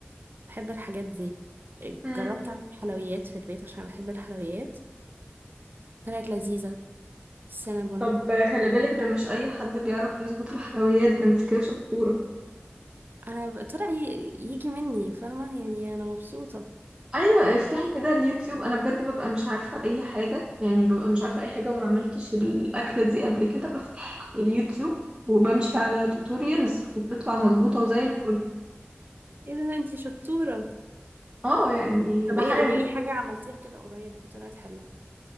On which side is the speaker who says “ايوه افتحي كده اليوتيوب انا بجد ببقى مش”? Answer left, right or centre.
Right